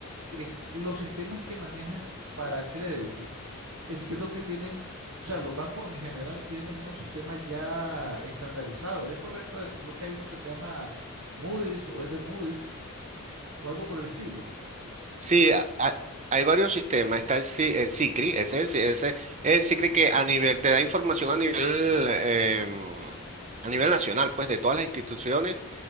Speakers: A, on the right; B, on the right.
A: es los sistemas que manejan para crédito, entiendo que tienen, o sea, los bancos en general tienen unos sistemas ya estandarizados. ¿Es correcto esto? Creo que hay uno que se llama Moody's o es de Moody's o algo por el estilo.
B: sí, a- a- hay varios sistemas. Está el, Si- el SICRI, ese es el, ese el SICRI
A: Ujú,
B: que a nivel te da información a nivel, em, a nivel nacional, pues de todas las instituciones